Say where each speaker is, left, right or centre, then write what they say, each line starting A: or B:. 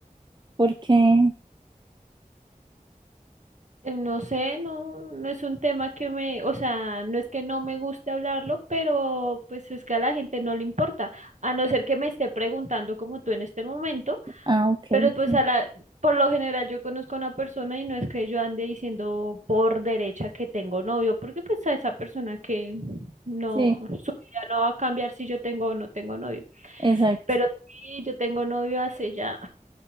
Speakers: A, on the right (about 35°); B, on the right (about 55°).
A: ¿Por qué?
B: Eh, No sé, no, no es un tema que me, o sea, no es que no me guste hablarlo, pero pues es que a la gente no le importa, a no ser que me esté preguntando como tú en este momento.
A: Ah, ok,
B: Pero pues
A: sí.
B: a la, por lo general yo conozco a una persona y no es que yo ande diciendo por derecha que tengo novio, porque pues a esa persona que no,
A: Sí,
B: su vida no va a cambiar si yo tengo o no tengo novio.
A: exacto.
B: Pero sí, yo tengo novio hace ya,